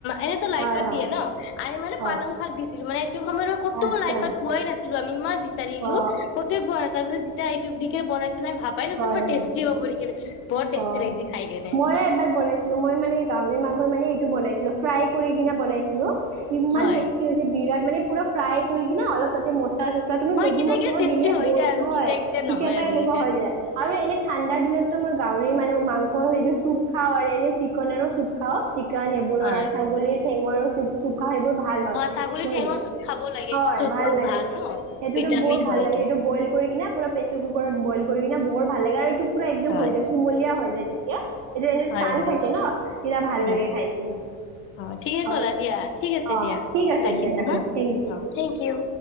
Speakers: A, on the left; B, on the right.
A: এনেইতো লাই
B: হয়
A: পাত
B: হয়
A: দিয়ে ন। আমি মানে
B: হয়
A: পালাং শাক দিছিলো। মানে সেইটো সময়ত মই কতো
B: আচ্ছা
A: লাইপাত পোৱাই নাছিলো। আমি ইমান বিচাৰিলো,
B: অ
A: কতোৱে পোৱা নাছিল, তাৰ ইব ইটো দি কেনে বনাইছে চাই ভাবাই নাছিল
B: হয়
A: বাট
B: হয়
A: টেষ্টি হ'ব বুলি কেনে। বৰ টেষ্টি
B: অ
A: লাগিছে খাই কেনে
B: মই এবাৰ বনাইছিলো। মই মানে গাহৰি মাংস মানে এইটো বনাইছিলো ফ্ৰাই কৰিকেনে বনাইছিলোঁ, ইমান
A: হয়
B: টেষ্টি হৈছে বিৰাট মানে পুৰা ফ্ৰাই কৰি কিনে অলপ তাতে ম তছলা তুমি
A: হয়
B: মেগী
A: কেতিয়া
B: মছলাও
A: কেতিয়া টেষ্টি
B: দিলে
A: হৈ
B: বৰ
A: যায় আৰু
B: হয়
A: কেতিয়া কেতিয়া
B: কেতিয়াবা
A: নহয় আৰু
B: এনেকুৱা
A: এনেকুৱাকে
B: হৈ যায় আৰু এনে ঠাণ্ডা দিনতটো মই উৰি মান মাংসৰ সেইটো চুপ খাও আৰু এনে চিকনৰো চুপ খাও। চিকেন সেইবোৰৰ
A: হয়।
B: আৰু ছাগলীৰ ঠেঙৰো চুপ চুপ সেইবোৰ ভাল হয়।
A: ছাগলী
B: ম
A: ঠেঙৰ চুপ খাব লাগে
B: হয়
A: এইটোতো
B: ভাল
A: বহুত
B: লাগে
A: ন
B: সেইটোতো
A: ভিটামিন
B: বৰ ভাল
A: হয় এইটো।
B: লাগে। সেইটো বইল কৰি কিনে পুৰা প্ৰেচাৰ কুকাৰত বইল কৰি কিনে বৰ ভাল লাগে আৰু এইটো পুৰা একদম
A: হয়
B: হৈ যাব। হৈ যায় তেতিয়া। এইটো এনে
A: হয়
B: টান
A: হয়
B: থাকে ন, তেতিয়া ভাল
A: উম
B: লাগে খাই কিনে।
A: অ ঠিকে
B: হয়
A: ক'লা দিয়া ঠিক আছে
B: অ,
A: দিয়া
B: ঠিক আছে
A: ৰাখিছো
B: দিয়া ৰাখো।
A: হা।
B: Thank U.
A: uh Thank you.